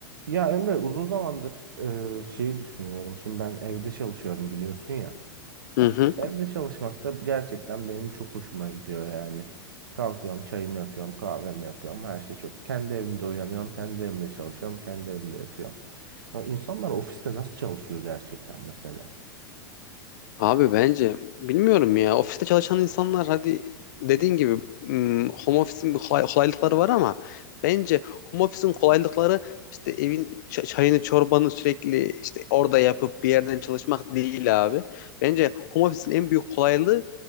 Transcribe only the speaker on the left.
Hı hı.
Abi bence bilmiyorum ya ofiste çalışan insanlar hadi dediğin gibi m, home office'in bir kolay- kolaylıkları var ama bence home office'in kolaylıkları işte evin ç- çayını çorbanı sürekli işte orada yapıp bir yerden çalışmak değil abi. Bence home office'in en büyük kolaylığı